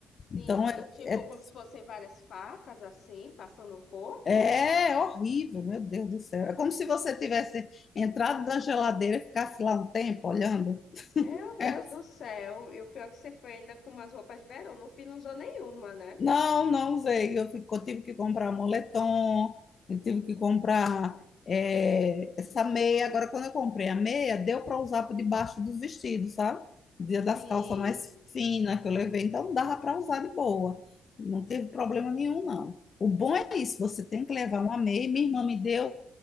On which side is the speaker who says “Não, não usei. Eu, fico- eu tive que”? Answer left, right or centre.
Left